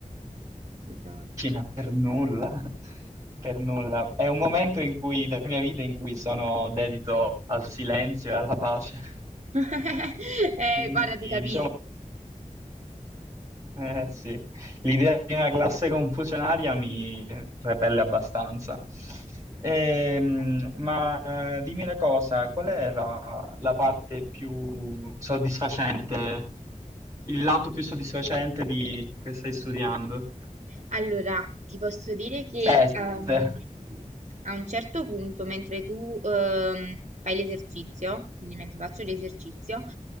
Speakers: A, on the right; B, on the right.
A: diciamo,
B: cucina per nulla, per nulla. È un momento in cui, della mia vita in cui sono dedito al silenzio e alla pace.
A: <laughs> Eh,
B: Quindi,
A: guarda, ti
B: diciamo,
A: capisco.
B: eh, sì, l'idea di una classe confusionaria mi repelle abbastanza. Ehm, ma eh, dimmi una cosa, qual è la, la parte più soddisfacente, il lato più soddisfacente di ciò che stai studiando?
A: Allora, ti posso dire che
B: Seste.
A: ehm, a un certo punto, mentre tu ehm, fai l'esercizio, quindi mentre faccio l'esercizio,